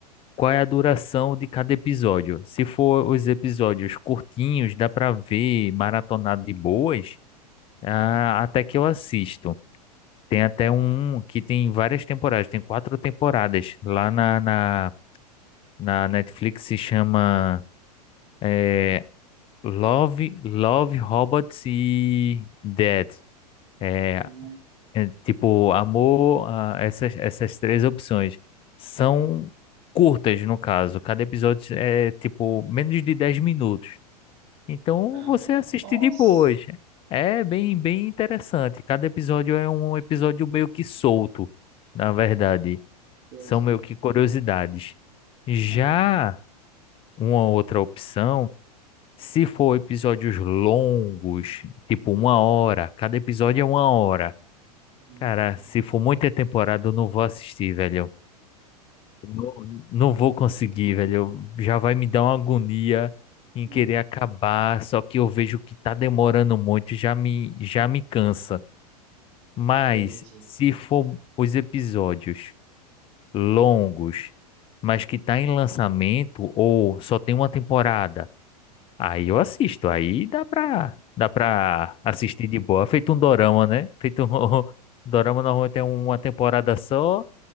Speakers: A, on the left; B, on the right.
A: qual é a duração de cada episódio? Se for os episódios curtinhos, dá para ver maratonado de boas, ah,
B: uhum.
A: até que eu assisto. Tem até
B: Ah,
A: um que tem várias temporadas, tem quatro temporadas. Lá na, na, na Netflix se chama eh, Love, Love, Robots e Dead. É,
B: uhum,
A: é, tipo, amor, ah, essas, essas três opções são
B: uhum.
A: curtas, no caso. Cada episódio é, tipo, menos de 10 minutos. Então,
B: Ah,
A: você assiste
B: nossa.
A: de boas. É bem, bem interessante. Cada episódio é um episódio meio que solto, na verdade.
B: Ah, entendi.
A: São meio que curiosidades. Já
B: Ah,
A: uma outra opção, se for episódios longos, tipo uma hora, cada episódio é uma hora.
B: uhum,
A: Cara, se for muita temporada, eu não vou assistir, velho. Não, não vou conseguir, velho. Já vai me dar uma agonia em
B: uhum.
A: querer acabar, só que eu vejo que tá demorando muito, já me, já me cansa. Mas
B: Entendi.
A: se for os episódios longos, mas que tá em lançamento ou só tem uma temporada, aí eu assisto. Aí dá pra, dá pra assistir de boa. Feito um dorama, né? Feito um, <laughs> Dorama normalmente tem uma temporada só.